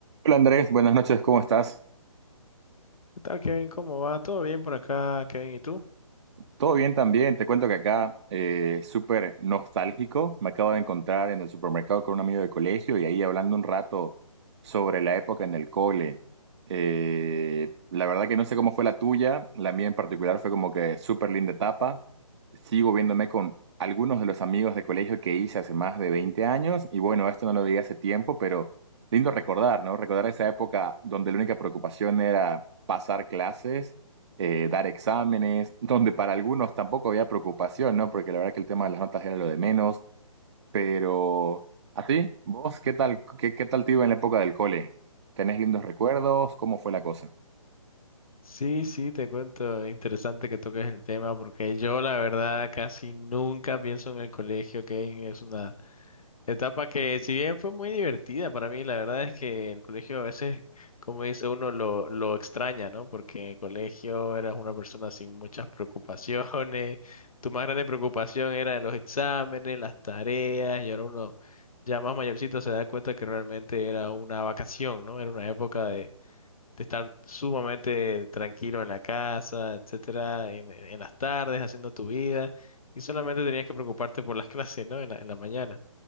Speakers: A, on the right; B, on the left.
A: Hola Andrés, buenas noches, ¿cómo estás?
B: ¿Qué tal, Kevin? ¿Cómo va? ¿Todo bien por acá, Kevin? ¿Y tú?
A: Todo bien también, te cuento que acá eh, súper nostálgico, me acabo de encontrar en el supermercado con un amigo de colegio y ahí hablando un rato sobre la época en el cole. Eh, la verdad que no sé cómo fue la tuya, la mía en particular fue como que súper linda etapa, sigo viéndome con algunos de los amigos de colegio que hice hace más de 20 años y bueno, esto no lo veía hace tiempo, pero lindo recordar, ¿no? Recordar esa época donde la única preocupación era pasar clases eh, dar exámenes, <laughs> donde para algunos tampoco había preocupación, ¿no? Porque la verdad que el tema de las notas era lo de menos, pero así, ¿Vos qué tal, qué, qué tal te iba en la época del cole? ¿Tenés lindos recuerdos? ¿Cómo fue la cosa?
B: Sí, sí, te cuento, es interesante que toques el tema porque yo la verdad casi nunca pienso en el colegio, Kevin, es una Etapa que si bien fue muy divertida para mí, la verdad es que el colegio a veces, como dice uno, lo, lo extraña, ¿no? Porque en el colegio eras una persona sin muchas preocupaciones, <laughs> tu más grande preocupación era los exámenes, las tareas, y ahora uno ya más mayorcito se da cuenta que realmente era una vacación, ¿no? Era una época de, de estar sumamente tranquilo en la casa, etcétera, en, en las tardes, haciendo tu vida, y solamente tenías que preocuparte por las <laughs> clases, ¿no? En la, en la mañana.